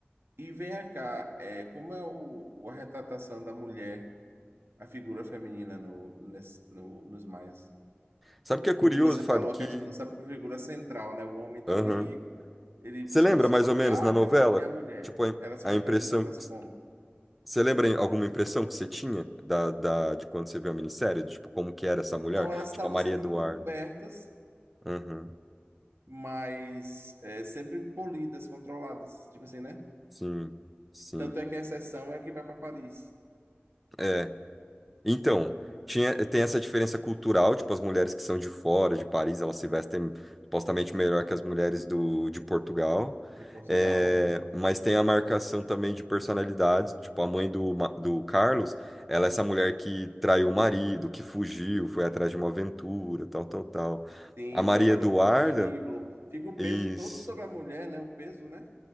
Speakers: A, on the right; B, in the centre.
A: e vem cá, é, como é o, o- a retratação da mulher, a figura feminina no, nesse- no, nos maias?
B: Sabe o que é curioso,
A: Porque você
B: Fábio,
A: falou
B: que...
A: a questão dessa figura central, né? O homem está
B: Aham.
A: ali, eles
B: Você
A: são
B: lembra,
A: os
B: mais
A: patriarcas
B: ou menos, na novela,
A: e a mulher.
B: tipo, a,
A: Elas são
B: a
A: representadas
B: impressão... que-
A: como?
B: Você lembra em- alguma impressão que você tinha da, da, de quando você viu a minissérie, do, tipo, como que era essa mulher?
A: Não, elas
B: Tipo,
A: estavam
B: a Maria
A: sempre
B: Eduarda.
A: muito cobertas,
B: Aham,
A: mas é, sempre polidas, controladas, tipo assim, né?
B: Sim, sim.
A: Tanto é que a exceção é que vai para Paris,
B: É. Então, tinha, tem essa diferença cultural, tipo, as mulheres que são de fora, de Paris, elas se vestem supostamente melhor que as mulheres do, de Portugal.
A: de Portugal,
B: É,
A: né?
B: mas tem a marcação também de personalidades, tipo, a mãe do, Ma- do Carlos, ela é essa mulher que traiu o marido, que fugiu, foi atrás de uma aventura, tal, tal, tal.
A: Sim,
B: A Maria
A: trabalhou
B: Eduarda,
A: no prostíbulo, fica o
B: isso.
A: peso todo sobre a mulher, né? O peso, né?